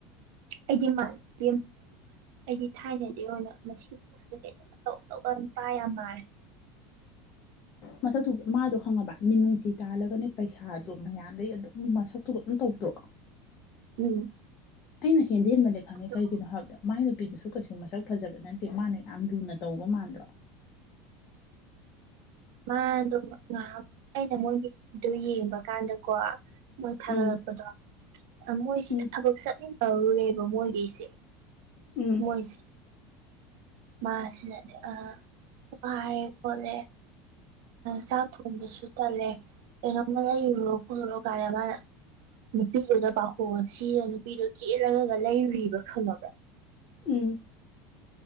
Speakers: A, on the right; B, on the left.
A: ꯑꯩꯗꯤ ꯃꯥꯥꯟ ꯑꯩꯒꯤ ꯊꯥꯏꯅꯗꯤ ꯑꯣꯏꯅ ꯃꯁꯤꯁꯦ ꯀꯩꯅꯣ ꯇꯧ ꯇꯧꯔꯒ ꯅꯨꯄꯥ ꯌꯥꯝ ꯃꯥꯔꯦ
B: ꯃꯁꯛꯇꯨ ꯃꯥꯗꯣ ꯈꯪꯉꯕ ꯃꯤꯅꯨꯡꯁꯤ ꯇꯥꯜꯂꯒꯅꯦ ꯄꯩꯁꯥꯗꯣ ꯃꯌꯥꯝꯗꯩ ꯑꯗꯨꯝ ꯃꯁꯛꯇꯨꯒ ꯑꯗꯨꯝ ꯇꯧ
A: ꯎꯝ
B: ꯑꯩꯅ ꯍꯦꯟꯗ ꯍꯦꯟꯃꯂꯦ ꯈꯪꯉꯦ
A: ꯑꯗꯣ
B: ꯀꯩꯒꯤꯅꯣ ꯍꯥꯏꯕꯗ ꯃꯥꯏ ꯅꯨꯄꯤꯗꯨꯁꯨ ꯀꯩꯁꯨ ꯃꯁꯛ ꯐꯖꯕ ꯅꯠꯇꯦ ꯃꯥꯅ ꯌꯥꯝ ꯂꯨꯅ ꯇꯧꯕ ꯃꯥꯟꯗ꯭ꯔꯣ
A: ꯃꯥꯗꯣ ꯉꯥꯏꯍꯥꯛ ꯑꯩꯅ ꯃꯣꯏꯒꯤꯗꯨ ꯌꯦꯡꯕ ꯀꯥꯟꯗꯀꯣ ꯃꯣꯏ ꯊꯥꯒꯠꯂꯛꯄꯗꯣ
B: ꯎꯝ
A: ꯃꯣꯏꯁꯤ
B: ꯎꯝ
A: ꯊꯕꯛ ꯆꯠꯃꯤꯟꯅꯧꯔꯨꯔꯦꯕ ꯃꯣꯏꯒꯤꯁꯦ
B: ꯎꯝ
A: ꯃꯣꯏꯁꯤ ꯃꯥꯁꯤꯅꯅꯦ ꯑ ꯋꯥꯔꯦ ꯄꯣꯠꯂꯦ ꯆꯥꯛ ꯊꯣꯡꯕꯁꯨ ꯇꯜꯂꯦ ꯀꯩꯅꯣꯝꯃꯅ ꯏꯨꯔꯣ ꯈꯣꯠꯂꯨꯔꯣ ꯀꯥꯟꯗ ꯃꯥꯅ ꯅꯨꯄꯤꯗꯨꯗ ꯄꯥꯈꯣ ꯁꯤꯒ ꯅꯨꯄꯤꯗꯨ ꯆꯦꯜꯂꯒꯒ ꯂꯩꯔꯨꯔꯤꯕ ꯈꯪꯉꯕ
B: ꯏ